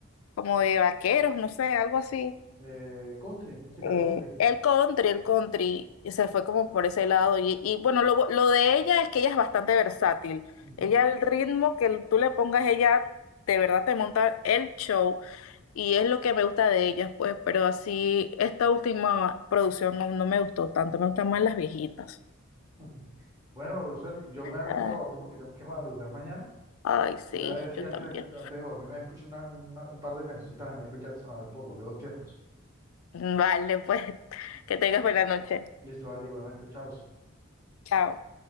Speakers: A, on the left; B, on the right.
A: como de vaqueros, no sé, algo así.
B: Eh, country, música
A: Eh,
B: country.
A: el country, el country, y se fue como por ese lado. Y, y bueno, lo, lo de ella es que ella es bastante versátil.
B: Ujú.
A: Ella, el ritmo que tú le pongas, ella de verdad te monta el show y es lo que me gusta de ellas, pues, pero así, esta última producción no, no me gustó tanto, me gustan más las viejitas.
B: <laughs> Bueno, Rosel, yo me voy
A: Ay,
B: a a dormir porque tengo que <laughs> madrugar mañana.
A: ay, sí,
B: Y a ver si
A: yo
B: antes,
A: también.
B: antes de dormir me escucho una- una- un par de cancioncitas de Michael Jackson, a ver por los viejos tiempos.
A: Vale, pues, <laughs> que tengas buena noche.
B: Listo, dale, igualmente, chao.
A: Chao.